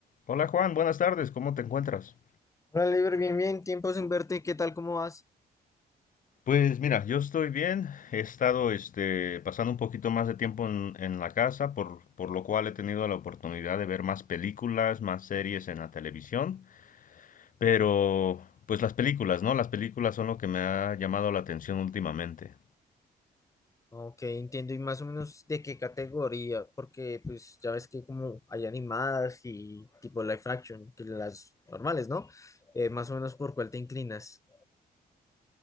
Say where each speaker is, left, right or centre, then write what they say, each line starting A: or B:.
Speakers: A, on the left (about 55°); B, on the left (about 20°).
A: Hola Juan, buenas tardes, ¿cómo te encuentras?
B: Hola, Liber, bien, bien, tiempo sin verte, ¿qué tal, cómo vas?
A: Pues mira, yo estoy bien, he estado este, pasando un poquito más de tiempo en, en la casa, por, por lo cual he tenido la oportunidad de ver más películas, más series en la televisión, pero pues las películas, ¿no? Las películas son lo que me ha llamado la atención últimamente.
B: Ok, entiendo, y más o menos de qué categoría, porque pues ya ves que como hay animadas y tipo live action, que las normales, ¿no? Eh, más o menos por cuál te inclinas.